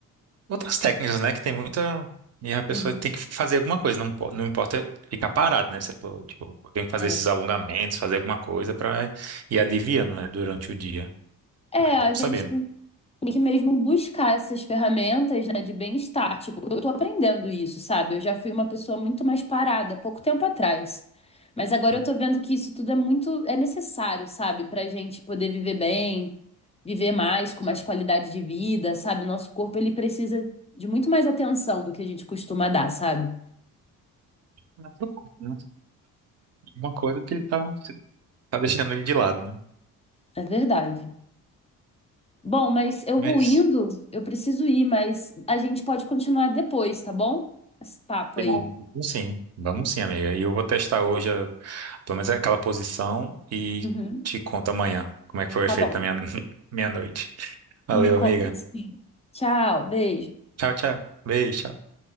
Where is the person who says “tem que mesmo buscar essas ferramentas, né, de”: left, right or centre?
Left